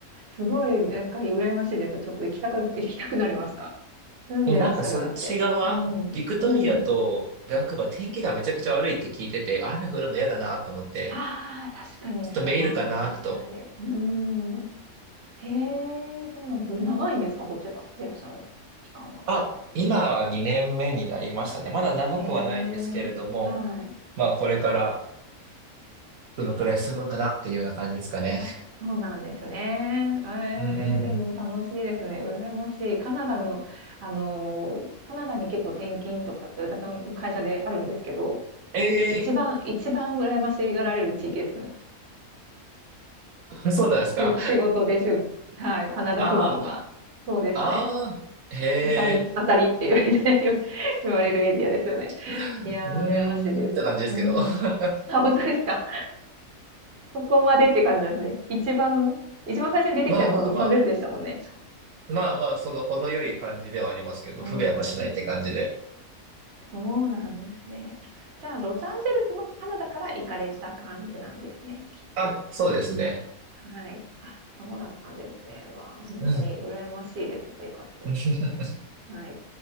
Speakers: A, on the right (about 50°); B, on the right (about 80°).
A: すごい、なんか羨ましいです。ちょっと行きたく <laughs> 行きたくなりました。住んでらっしゃるなんて。
B: いや、なんかそっち側、
A: うん。
B: ビクトリアとバンクーバー天気がめちゃくちゃ悪いって聞いてて、
A: うん。
B: 雨降るの嫌だなと思って、
A: ああ、確かにそれはあるかもしれないです。
B: ちょっとメールかなと。
A: うーん。へえ、そうなんです。長いんですか？そちらいらっしゃる期間は。
B: あ、今は2年目になりましたね。
A: あ、
B: まだ長くはないんですけれども、
A: へえ。はい。
B: まあこれからどのくらい進むかなっていうような感じですかね。
A: いやー、あ、そうなんですね。ええ、
B: うんうんうん。
A: でも楽しいですね。羨ましい。カナダの、あのー、カナダに結構転勤とかって私の会社であるんですけど
B: ええ
A: 一番、一番羨ましがられる地域ですよね。
B: ー、そうなんですか
A: し仕事でしゅ、はい、カナダ赴任は。
B: あ
A: そうですね。
B: あ、ああ、へえ。
A: 当たり、当たりっていう <laughs> 言われるエリアですよね。
B: <laughs> う
A: いやー、
B: ーんって感じですけど。
A: 羨ましいです。うん。
B: <laughs>
A: あ、本当ですか。ここまでっていう感じなんですね。一番、一番最初に出てきたのはロサンゼルスでしたもんね。
B: まあまあまあ、まあまあ、その程よい感じではありますけど、
A: うん。
B: 不便はしないって感じで。
A: そうなんですね。じゃあ、ロサンゼルスもカナダから行かれた感じなんですね、きっと。
B: あ、そうですね。
A: はい。あ、そうだったんですね。わあ、ほんとに羨ましいです、
B: うん。
A: 生活。
B: <laughs>
A: はい。